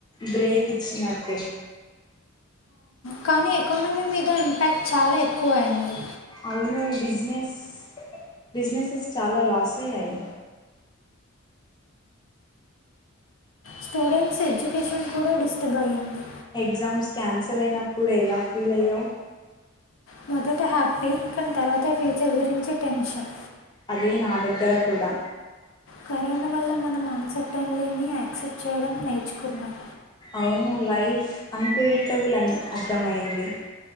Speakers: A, on the left; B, on the left.
A: బ్రేక్ ఇచ్చినట్టే
B: కానీ ఎకానమీ మీద ఇంపాక్ట్ చాలా ఎక్కువ అయింది
A: అవును బిజినెస్ బిజినెసెస్ చాలా లాస్ అయ్యాయి
B: స్టూడెంట్స్ ఎడ్యుకేషన్ కూడా డిస్టర్బ్ అయింది
A: ఎగ్జామ్స్ క్యాన్సల్ అయినప్పుడు ఎలా ఫీల్ అయ్యావు
B: మొదట హ్యాపీ కానీ తర్వాత ఫ్యూచర్ గురించి టెన్షన్
A: అదే నా దగ్గర కూడా
B: కరోనా వల్ల మనం అన్సెటన్లేని యాక్సెప్ట్ చేయడం నేర్చుకున్నాం
A: అవును లైఫ్ అన్ప్రెడిక్టబుల్ అని అర్థంమయ్యంది